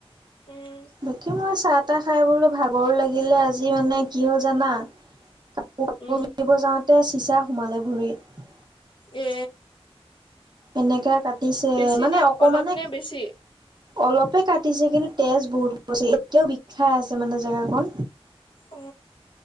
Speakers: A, on the left; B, on the right.
A: উম
B: বিকি মই চাহ তাহ খাই বলৈ ভাগৰো লাগিলে আজি মানে কি হ'ল জানা কাপোৰ কাপোৰ
A: উম
B: মিলিব যাওঁতে চিচা সোমালে ভৰিত।
A: এ
B: এনেকাে কাটিছে
A: বেছি
B: মানে
A: নে
B: অকমানে
A: অলপ নে বেছি
B: অলপে কাটিছে কিন্তু তেজ বহুতছে এতিয়াও খাই আছে মানে জেগাকণ
A: অ